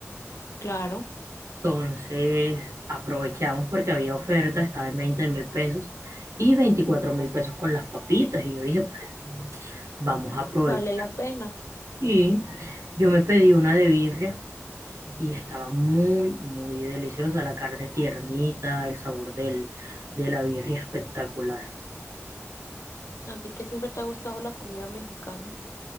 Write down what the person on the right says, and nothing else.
Entonces aprovechamos porque había oferta, estaba en veinte mil pesos y veinticuatro mil pesos con las papitas. Y yo dije, pues vamos a aprovechar.
Y yo me pedí una de birria y estaba muy, muy deliciosa. La carne tiernita, el sabor del, de la birria espectacular.